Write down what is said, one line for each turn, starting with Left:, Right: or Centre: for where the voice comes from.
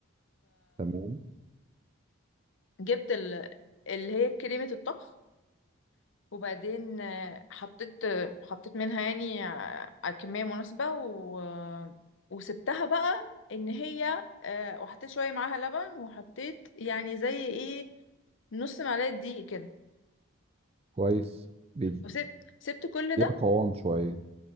Right: تمام
Left: جبت ال... اللي هي كريمة الطبخ وبعدين آه، حطيت آه، حطيت منها يعني آه، على كمية مناسبة و... وسبتها بقى ان هي آه، وحطيت شوية معاها لبن وحطيت يعني زي ايه نص معلقة دقيق كده
Right: كويس بيديها
Left: وسبت سبت كل ده
Right: قوام شويه